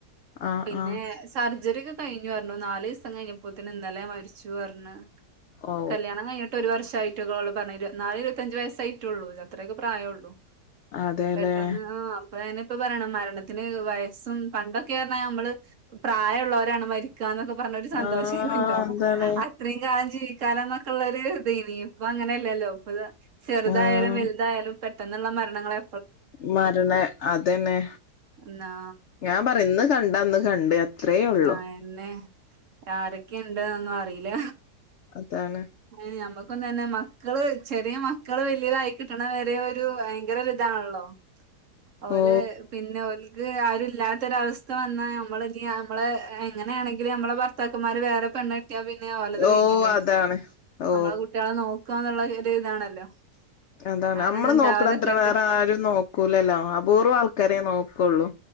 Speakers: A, on the left (about 75°); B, on the right (about 55°).
A: ആഹ്
B: പിന്നെ
A: ആഹ്
B: സർജറി കയ് കഴിഞ്ഞു പറഞ്ഞു നാല് ദിവസം കഴിഞ്ഞപ്പോത്തിന് ഇന്നലെ മരിച്ചു പറഞ്ഞ്.
A: ഓ
B: കല്ല്യാണം കഴിഞ്ഞിട്ട് ഒരു വർഷായി. കു പറ നാല് ഇരുപത്തഞ്ച് വയസായിട്ടോള്ളൂ അത്രയക്കെ പ്രായഉ ള്ളൂ.
A: അതെല്ലേ
B: പെട്ടെന്ന് ആ അപ്പൊ അങ്ങനെ. ഇപ്പം പറയണം മരണത്തിന് വയസ്സും പണ്ടൊക്കെ പറഞ്ഞാൽ നമ്മള് പ്രായമ ഉുള്ളവരാണ് മരിക്ക. ക്കന്നൊക്കെ പറഞ്ഞരു സന്തോഷംയെ
A: ആഹ്
B: ർന്ന്ട്ടോ
A: അതാണ്
B: അത്രയും കാലം. ജീവിക്കാ കാലം എന്നൊക്കെള്ള ഒരു ഇത് ഇനി ഇപ്പൊ അങ്ങനെയല്ലല്ലോ ഇപ്പത് ചെറുതായാലും
A: ആഹ്
B: വലുതായാലും. പെട്ടെന്നുള്ള മരണങ്ങളെ
A: മരണ അതന്നെ
B: എന്നാ
A: ഞാൻ പറ ഇന്ന് കണ്ട ഇന്ന് കണ്ട്. അത്രേ ഉള്ളു
B: അയ്നെ ആരൊക്കെയ ഇണ്ട്ന്നും അറിയില്ല.
A: അതാണ്
B: ഏ അമ്പ. <unintelligible> ഇപ്പം തന്നെ മക്കള് ചെറിയ മക്കള് വലിയതായികിട്ടണവരെ ഒരു ഭയങ്കര ഒരുരിതാണല്ലോ? ഓല്
A: ഓ
B: പിന്നെ ഓല്ക്ക് ആരും ഇല്ലാത്തൊരവസ്ഥ വന്നാ നമ്മളിനി ആ നമ്മള് എങ്ങനെയാണെങ്കിൽ നമ്മെ ഭർത്താക്കമാര് വേറെ പെണ്ണ് കെ ട്ടിയ പിന്നെഓലത് കഴിഞ്ഞില്ലേ
A: ഓ അതാണ് ഓ
B: നമ്മളെ കുട്ടികളെ നോക്കന്നുള്ളത് ഒരു ഇതാണല്ലോ?
A: അതാണ്
B: അങ്ങനൊന്നും
A: നമ്മള്
B: ഇണ്ടാവാതെക്കട്ടെ
A: നോക്കണത്ര വേറെ ആരും നോക്കൂലല്ലോ അപൂർവം ആൾക്കാരേ നോക്കുള്ളൂ.